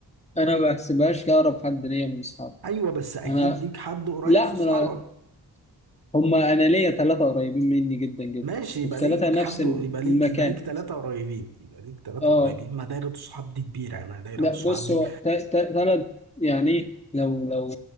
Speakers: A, on the left (about 15°); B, on the right (about 65°).
A: أنا ما بحسبهاش كأقرب حد ليا من أصحابي
B: ايوه بس اكيد
A: أنا
B: ليك حد قريب
A: لا
B: في
A: ما
B: صحابك
A: أنا هما انا ليا ثلاثه قريبين مني جدا جدا
B: ماشي يبقى
A: الثلاثه
B: ليك
A: نفس
B: حد يبقى ليك
A: المكان
B: يبقى ليك ثلاثه قريبين يبقى ليك ثلاثه
A: اه
B: قريبين ما دايره الصحاب دي كبيره انا دايره
A: لا
B: الصحاب
A: بص
B: دي
A: هو ثلاث يعني لو لو